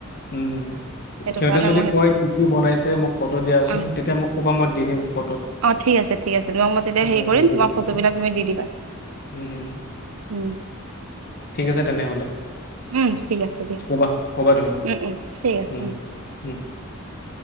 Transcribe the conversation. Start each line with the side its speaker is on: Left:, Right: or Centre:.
Left: উম,
Right: সেইটো
Left: সিহঁতে
Right: কাৰণে
Left: যদি
Right: মই সেইটো
Left: কয় কি কি বনাইছে মোক ফটো দিয়া চোন
Right: অ
Left: তেতিয়া মোক ক'বা মই দি দিম ফটো।
Right: অ', ঠিক আছে ঠিক আছে মই মই তেতি
Left: অ,
Right: হেৰি কৰিম
Left: দি দিব
Right: তোমাক
Left: লাগিব।
Right: ফটোবলাক তুমি দি দিবা।
Left: উম, উম
Right: উম
Left: ঠিক আছে তেনেহ'লে।
Right: উম, ঠিক আছে দিয়া
Left: ক'বা ক'বা তুমি
Right: উম উম ঠিক আছে।
Left: উম, উম।